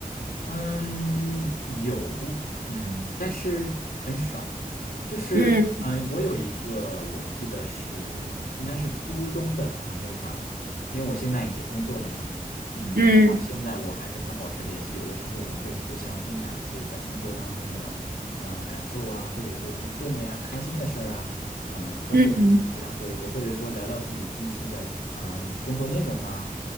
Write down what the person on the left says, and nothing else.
嗯，有，嗯，但是很少。就是，
嗯，我有一个，我记得是应该是初中的朋友吧，因为我现在已经工作了嘛，嗯，
到现在我还跟他保持联系，有的时候我们会互相分享一些在工作当中的，嗯，感受啊，或者说不顺的呀、开心的事儿啊，嗯，都会互相说一说，
或者说聊聊自己近期的，嗯，工作内容啊，